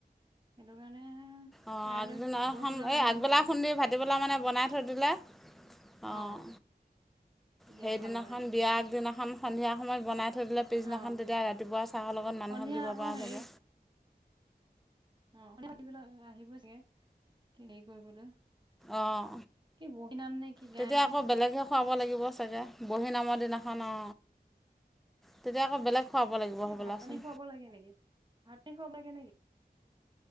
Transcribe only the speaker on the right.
সেইটো কাৰণে।
কাইলৈ
পৰহিলৈ
মানে
বনাম
অ।
তেতিয়া
ভাল হয়
অ
সন্ধিয়া
আকৌ
হেৰি
অ <inaudible> আহিব চাগে হেৰি কৰিবলৈ
কি বহি নাম নে কি গাই
নহয়
ভাত পানী খুৱাব লাগে নিকি? ভাত পানী খুৱাব লাগে নিকি?